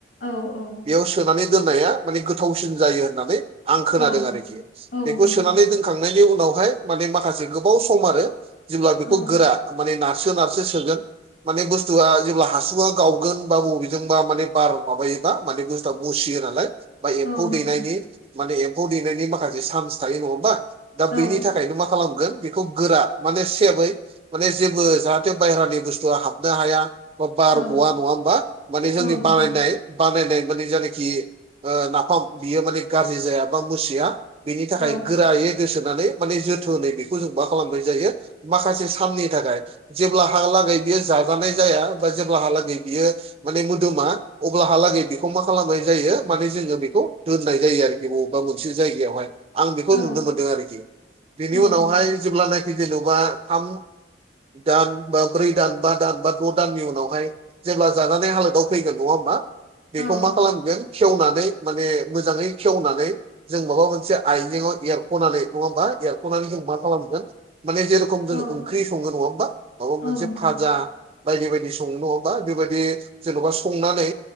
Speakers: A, on the left (about 65°); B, on the right (about 30°).
A: औ औ
B: बेयाव सोनानै दोननाया माने गोथावसिन जायो होननानै आं खोनादों
A: औ
B: आरोखि
A: औ
B: बेखौ
A: नोंथां
B: सोनानै दोन खांनायनि उनावहाय मानि माखासे गोबाव सम आरो जेब्ला बेखौ
A: औ
B: गोरा माने नारसो नार सोगोन माने बुस्थुआ जेब्ला हासुंआ गावगोन बा बबेजोंबा माने बार माबायोबा माने बुस मुसियो नालाय बा एम्फौ
A: औ नोंथां
B: दैनायनि माने एम्फौ दैनायनि माखासे चान्स थायो नङा होमबा दा
A: औ
B: बेनि थाखायनो मा खा खालामगोन बेखौ गोरा माने सेबै माने जेबो जाहा थे बायहेरानि बुस्थु हाबनो हाया बा बार
A: औ
B: ग'आ नङा होमबा माने जोंनि
A: औ नोंथां
B: बानायनाय बानायनाय माने जायनाखि ओ नाफाम बियो माने गाज्रि जाया बा मुसिया बेनि थाखाय
A: औ
B: गोरायै गोसोनानै माने जोथोनै बेखौ जों मा खालामनाय जायो माखासे साननि थाखाय जेब्ला हालागै बियो जाजानाय जाया बा जेब्लाहालागै बियो माने मोदोमा अब्लाहालागै बेखौ मा खालामनाय जायो माने जोंङो बेखौ दोननाय जायो आरोखि बबेबा मोनसे जायगायावहाय। आं बेखौ
A: औ
B: नुनो मोनदों आरोखि बेनि
A: नोंथां
B: उनावहाय जेब्लानाखि जेनेबा थाम दान बा ब्रै दान बा दान बा द' दाननि उनावहाय जेब्ला जाजानाय हालोदाव फैगोन नङा होमबा? बेखौ
A: औ
B: मा खालामगोन खेवनानै माने मोजाङै खेवनानै जों माबा मोनसे आइजेंआव एरख'नानै नङा होमबा एरख'नानै जों मा खालामगोन माने जेरै थोंजों
A: औ
B: ओंख्रि सङो नङा होनबा माबा मोनसे
A: औ नोंथां
B: फाजा आ बायदि बायदि संङो नंङा होनबा बेबायदि जेनबा संनानै